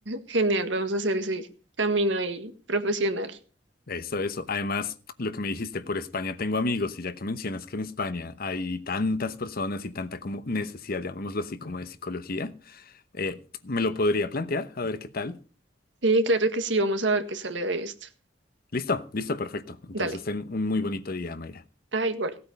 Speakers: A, on the right (about 70°); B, on the left (about 55°).
A: Genial, vamos a hacer ese camino ahí profesional.
B: Eso, eso. Además, lo que me dijiste, por España tengo amigos, y ya que mencionas que en España hay tantas personas y tanta como necesidad, llamémoslo así, como de psicología, eh, me lo podría plantear, a ver qué tal.
A: Sí, claro que sí, vamos a ver qué sale de esto.
B: Listo, listo, perfecto. Entonces,
A: Dale.
B: ten un muy bonito día, Mayra.
A: Ah, igual.